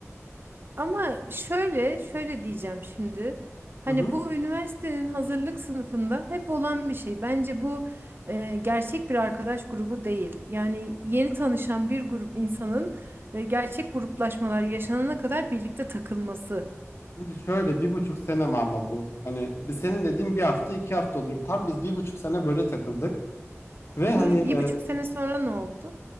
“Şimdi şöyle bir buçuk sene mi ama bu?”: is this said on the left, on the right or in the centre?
Left